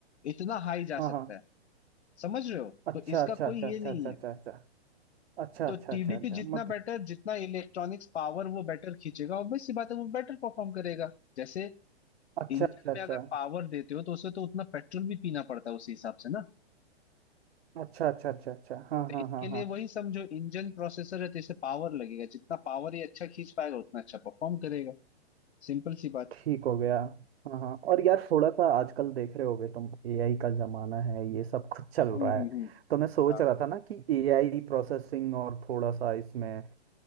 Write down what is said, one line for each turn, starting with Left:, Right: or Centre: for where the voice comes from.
Left: इतना हाई जा
Right: हाँ
Left: सकता
Right: हाँ
Left: है समझ रहे हो
Right: अच्छा
Left: तो इसका
Right: अच्छा
Left: कोई
Right: अच्छा अच्छा
Left: ये नहीं
Right: अच्छा
Left: है
Right: अच्छा अच्छा
Left: तो
Right: अच्छा
Left: टीडीपी
Right: अच्छा अच्छा अच्छा
Left: जितना
Right: मतलब
Left: बेटर जितना इलेक्ट्रॉनिक्स पावर वो बेटर खींचेगा ऑब्वियस सी बात है वो बेटर परफॉर्म करेगा जैसे
Right: अच्छा
Left: इंजन
Right: अच्छा अच्छा
Left: में अगर पावर देते हो तो उसे तो उतना पेट्रोल भी पीना पड़ता है उसी हिसाब से ना
Right: अच्छा अच्छा अच्छा अच्छा हाँ
Left: तो
Right: हाँ
Left: इसके
Right: हाँ
Left: लिए
Right: हाँ
Left: वही समझो इंजन प्रोसेसर है तो इसे पावर लगेगा जितना पावर ये अच्छा खींच पाएगा उतना अच्छा परफॉर्म करेगा सिंपल सी बात
Right: ठीक हो गया हाँ हाँ और यार थोड़ा सा आजकल देख रहे होगे तुम एआई का जमाना है ये सब कुछ चल
Left: हम्म
Right: रहा
Left: हम्म
Right: है
Left: हम्म
Right: तो मैं सोच
Left: हाँ।
Right: रहा था ना कि एआई प्रोसेसिंग और थोड़ा सा इसमें